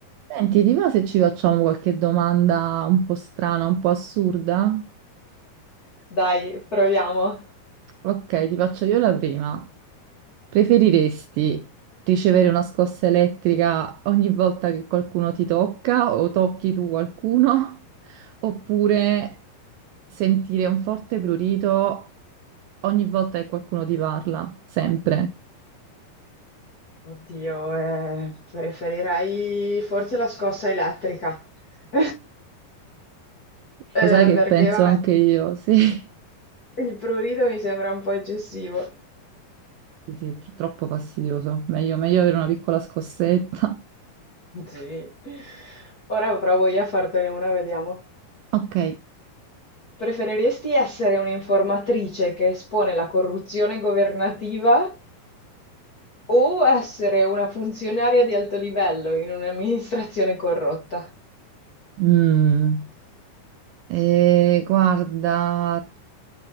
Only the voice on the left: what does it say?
Dai, proviamo.
Oddio, eh, preferirei forse la scossa elettrica. <laughs> Eh,
perché,
vabbè,
il prurito mi sembra un po' eccessivo.
Sì. Ora provo io a fartene una, vediamo.
Preferiresti essere un'informatrice che espone la corruzione governativa o essere una funzionaria di alto livello in un'amministrazione corrotta?